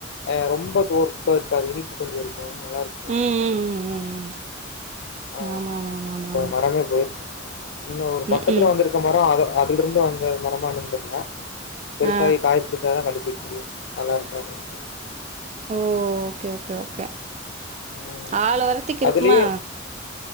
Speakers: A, on the left; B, on the right.
A: ஆ ரொம்ப துவர்ப்பா இருக்காது இனிப்பு கொஞ்சொ இருக்கு நல்லாருக்கு
B: ம் ம் ம் ம் ம்
A: ஆ
B: ஆமா ஆமா ஆமா ஆமா ஆமா
A: மரமே போயிருச்சு இன்னு ஒரு பக்கத்துல
B: ம் ம்
A: வந்திருக்க மரம் அத அதுலிருந்து வந்த மரமா என்னனு தெர்ல பெருசாயி
B: ஆ
A: காய் புடிச்சாதா கண்டுப்புடிக்க முடியு நல்லா இருக்கா என்னானு
B: ஓ ஓகே ஓகே ஓகே
A: ம்.
B: ஆள் உரத்துக்கு இருக்குமா
A: அதுலயே